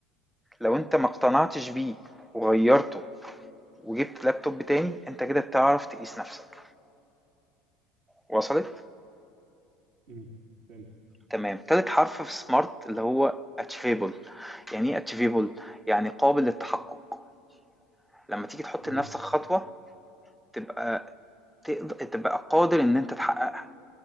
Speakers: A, in the centre; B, on the right (about 65°).
A: لو انت ما اقتنعتش بيه وغيرته وجبت لابتوب تاني انت كده بتعرف تقيس نفسك وصلت
B: مهم. فهمت
A: تمام تالت حرف في سمارت اللي هو achievable يعني ايه achievable يعني قابل للتحقق لما تيجي تحط
B: مهم.
A: لنفسك خطوة تبقى تقدر تبقى قادر ان انت تحققها